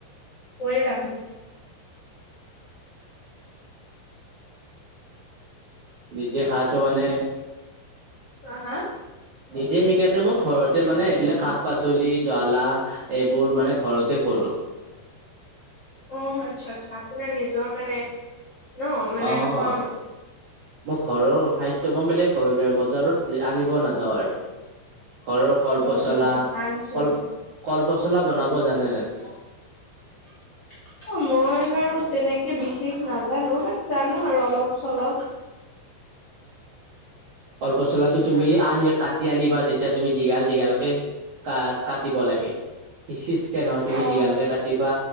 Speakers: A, on the left; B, on the right.
A: কয় লাভ নাই।
B: নিজে সাহটো মানে
A: হা, হা
B: নিজে সেইকাৰণে মই ঘৰতে মানে, এইবিলাক শাক-পাচলি, জ্বলা এইবোৰ মানে, ঘৰতে কৰোঁ
A: অ', আচ্ছা, আচ্ছা। আপোনাৰ নিজৰ মানে ন মানে
B: অ'।
A: ফাৰ্ম
B: মোৰ ঘৰৰ খাদ্য, মই বেলেগ বজাৰত আনিব নাযাওঁ আৰু ঘৰৰ কলপচলা,
A: অ, ভালচোন।
B: কল, কলপচলা বনাব জানে নে?
A: <inaudible> অ', মই বাৰু তেনেকে বিশেষ নাজানো, বাট জানো আৰু অলপ-চলপ
B: কলপচলাটো তুমি আনি, কাটি আনিবা, তেতিয়া তুমি দীঘল-দীঘলকে কা-কাটিব লাগে সিচ-সিচকে নহয়, তুমি
A: অ',
B: দীঘলকে কাটিবা,